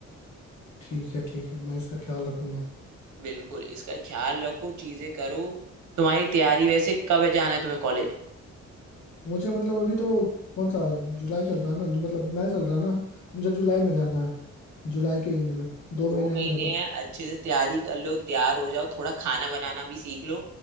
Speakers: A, on the left; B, on the right.
A: ठीक है ठीक है मैं इसका ख्याल रखूंगा
B: बिल्कुल इसका ख्याल रखो चीजें करो तुम्हारी तैयारी वैसे कब जाना है तुम्हें कॉलेज
A: मुझे मतलब अभी तो कौन सा जुलाई चल रहा है ना जो मतलब मैं चल रहा है ना मुझे जुलाई में जाना है जुलाई के एंड में दो
B: दो
A: महीने है
B: महीने
A: मेरे पास
B: हैं अच्छे से तैयारी कर लो तैयार हो जाओ थोड़ा खाना बनाना भी सीख लो